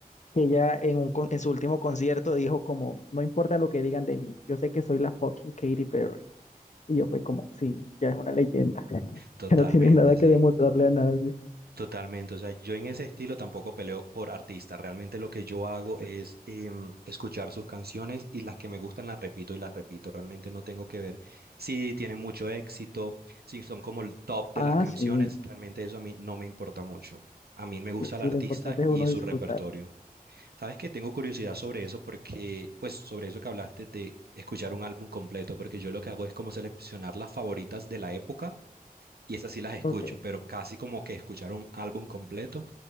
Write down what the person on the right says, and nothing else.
Totalmente,
sí.
Totalmente. O sea, yo en ese estilo tampoco peleo por artistas. Realmente lo que yo hago es em, escuchar sus canciones y las que me gustan las repito y las repito. Realmente no tengo que ver si tienen mucho éxito, si son como el top
de las canciones.
Realmente eso a mí no me importa mucho. A mí me gusta
el
artista
y
su
repertorio. Sabes que tengo curiosidad sobre eso porque, pues, sobre eso que hablaste de escuchar un álbum completo, porque yo lo que hago es como seleccionar las favoritas de la época y esas sí las escucho,
pero casi como que escuchar un álbum completo